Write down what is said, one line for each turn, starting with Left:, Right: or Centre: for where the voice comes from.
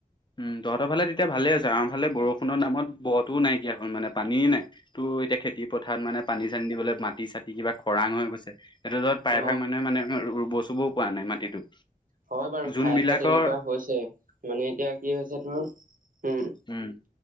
Left: উম, তহতঁ‌ৰ ফালে তেতিয়া ভালেই হৈছে, আমফালে বৰষুণৰ নামত ব-টোও নাইকিয়া হ'ল, মানে পানীয়েই নাই। তো এতিয়া খেতি পথাৰত মানে পানী-চানী দিবলৈ মাটি-চাটি কিবা খৰাং হৈ গৈছে। এতিয়া ধৰ প্ৰায়ভাগ
Right: অ
Left: মানুহে মানে ৰুব চুবও পোৱা নাই মাটিটো।
Right: হয় বাৰু
Left: যোনবিলাকৰ
Right: ঠায়ে ঠায়ে তেনেকোৱা হৈছে, মানে এতিয়া কি হৈছে ধৰ, উম।
Left: উম,